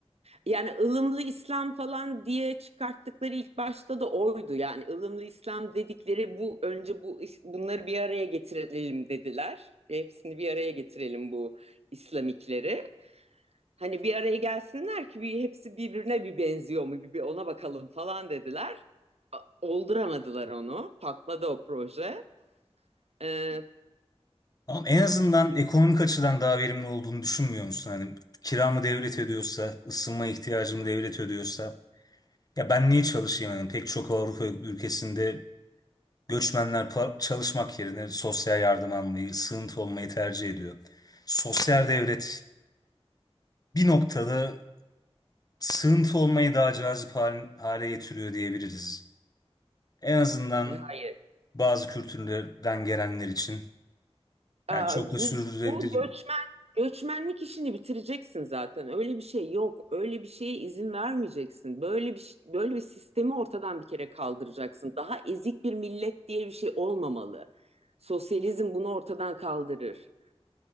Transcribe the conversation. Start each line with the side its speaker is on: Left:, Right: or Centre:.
Right: Yani ılımlı İslam falan diye çıkarttıkları ilk başta da oydu. Yani ılımlı İslam dedikleri bu önce bu bunları bir araya getirelim dediler. Hepsini bir araya getirelim bu İslamikleri. Hani bir araya gelsinler ki bir hepsi birbirine bir benziyor mu bir, bir ona bakalım falan dediler. Olduramadılar onu. Patladı o proje. Ee,
Left: Ama en azından ekonomik açıdan daha verimli olduğunu düşünmüyor musun? Hani kiramı devlet ödüyorsa, ısınma ihtiyacımı devlet ödüyorsa Ya ben niye çalışayım? Yani pek çok Avrupa ülkesinde göçmenler pa- çalışmak yerine sosyal yardım almayı, sığıntı olmayı tercih ediyor. Sosyal devlet bir noktada sığıntı olmayı daha cazip hal- hale getiriyor diyebiliriz. En azından
Right: <laughs> hayır.
Left: bazı kültürlerden gelenler için.
Right: Aa,
Left: Yani çok da
Right: bu,
Left: sürdürülebilir.
Right: bu göçmen göçmenlik işini bitireceksin zaten. Öyle bir şey yok. Öyle bir şeye izin vermeyeceksin. Böyle bir böyle bir sistemi ortadan bir kere kaldıracaksın. Daha ezik bir millet diye bir şey olmamalı. Sosyalizm bunu ortadan kaldırır.